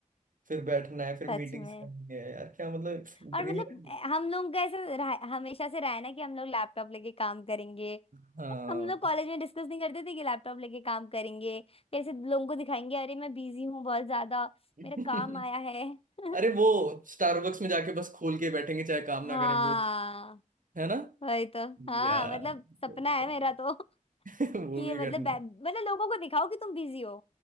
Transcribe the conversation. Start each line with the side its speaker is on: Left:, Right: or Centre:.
Right: फिर बैठना है फिर
Left: सच
Right: मीटिंग्स
Left: में
Right: करनी है यार क्या मतलब
Left: और
Right: Dream
Left: मतलब
Right: life
Left: हम लोग का ऐसा रहा- हमेशा से रहा है ना कि हम लोग लैपटॉप लेके काम करेंगे
Right: हाँ
Left: हम लोग कॉलेज में डिस्कस नहीं करते थे कि लैपटॉप लेके काम करेंगे कैसे लोगों को दिखाएंगे अरे मैं बिजी हूँ बहुत ज्यादा
Right: <laughs>
Left: मेरा काम आया है <laughs>
Right: अरे वो स्टारबक्स में जाके बस खोल के बैठेंगे चाहे काम ना
Left: हाँ
Right: करें कुछ है ना
Left: वही तो हाँ
Right: यार
Left: मतलब सपना
Right: वो भी करना
Left: है मेरा तो <laughs>
Right: है <laughs> वो
Left: कि ये
Right: भी
Left: मतलब
Right: करना
Left: बै-
Right: है
Left: मतलब लोगों को दिखाओ कि तुम बिजी हो